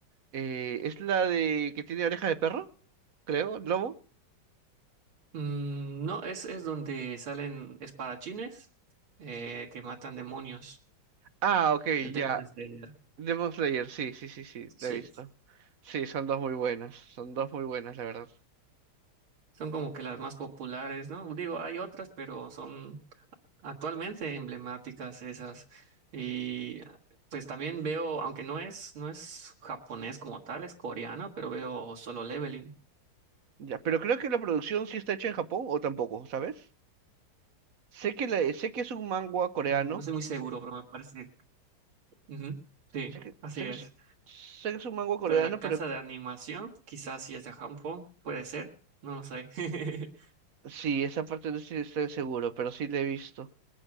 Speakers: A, on the right; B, on the right.
A: eh, ¿es la de que tiene oreja de perro? Creo, lobo.
B: Mm, no, es, es donde salen espadachines eh, que matan demonios.
A: Ah, ok,
B: El Demon
A: ya.
B: Slayer.
A: Demon Slayer, sí, sí, sí, sí,
B: Sí.
A: la he visto. Sí, son dos muy buenas, son dos muy buenas, la verdad.
B: Son como que las más populares, ¿no? Digo, hay otras, pero son actualmente emblemáticas esas. Y pues también veo, aunque no es, no es japonés como tal, es coreano, pero veo Solo Leveling.
A: Ya, pero creo que la producción sí está hecha en Japón o tampoco, ¿sabes? Sé que la- sé que es un manga coreano.
B: Mm, No estoy muy seguro, pero me parece. Ujú, Sí,
A: Sé Sí, que,
B: así
A: sé
B: es.
A: que es, sí. sé que es un mango coreano,
B: Pero la casa
A: pero
B: de animación, quizás si es de Japón, puede ser, no lo sé. <laughs>
A: sí, esa parte no estoy, estoy seguro, pero sí la he visto.